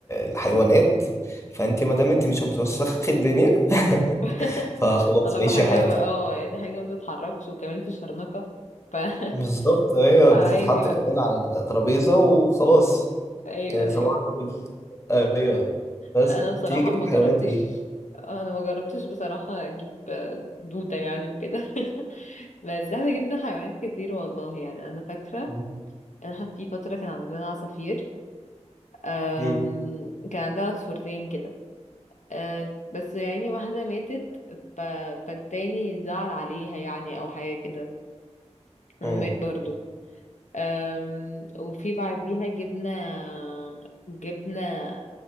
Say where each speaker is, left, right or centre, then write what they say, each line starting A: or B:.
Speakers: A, on the left; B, on the left.
A: الحيوانات فانت ما دام انت مش هتوسخي الدنيا
B: <laughs>
A: <laughs> فخلاص
B: طالما
A: عيشي
B: حاجة
A: حياتك
B: اه يعني حاجة ما بتتحركش وكمان في شرنقة ف
A: بالظبط
B: <laughs>
A: هي
B: فعادي
A: بتتحط
B: بقى
A: كمان على الترابيزه وخلاص
B: ايوه
A: يعني
B: ايوه
A: صباح الفل ايوه بس
B: لا انا بصراحة
A: تيجي
B: ما
A: في حيوانات
B: جربتش
A: ايه؟
B: انا ما جربتش بصراحة اجيب دودة يعني وكده <laughs> بس احنا جبنا حيوانات كتير والله يعني انا فاكرة
A: مم.
B: انا في فترة كان عندنا عصافير أم،
A: مم.
B: كان عندها عصفورتين كده أه، بس يعني واحدة ماتت ف... فالتاني زعل عليها يعني أو حاجة كده ومات
A: مم.
B: برضو أم، وفي بعديها جبنا جبنا